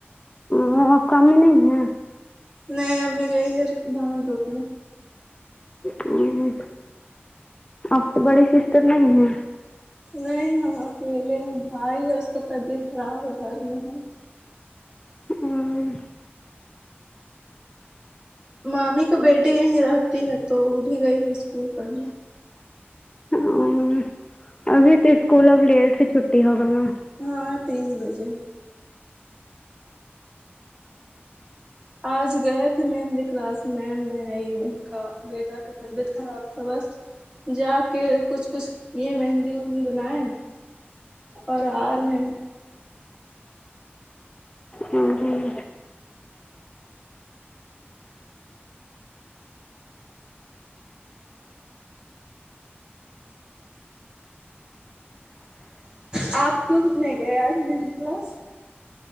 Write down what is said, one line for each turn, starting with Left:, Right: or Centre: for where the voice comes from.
Left: وہ کام ہی نہیں ہے
Right: نہیں امی گئی گھر دان <unintelligible>
Left: ہمم آپ کو بڑی سسٹر نہیں ہے
Right: نہیں ہم اکیلے ہیں بھائی ہے اس کا طبیعت خراب ہے گھر میں ہے
Left: ہوں
Right: مامی کا بیٹی یہیں رہتی ہے تو وہ بھی گئی ہے اسکول پڑھنے
Left: ہوں ابھی تو اسکول اب لیٹ سے چھٹی ہوگا نا
Right: ہاں تین بجے آج گئے تھے میں مہندی کلاس میں میں آئی ان کا بیٹا کا طبیعت خراب تھا بس جا کے کچھ کچھ یہ مہندی وہندی بنائے ہیں اور آرہے ہے
Left: ہمم ہمم
Right: آپ کیوں نہیں گئے آج مہندی کلاس